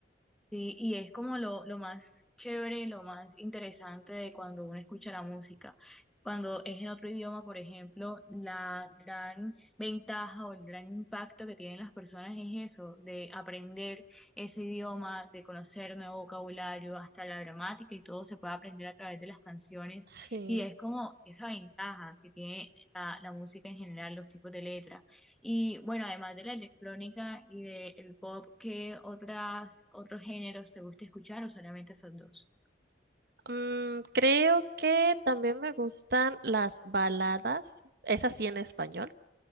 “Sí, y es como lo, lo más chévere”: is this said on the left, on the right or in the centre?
Centre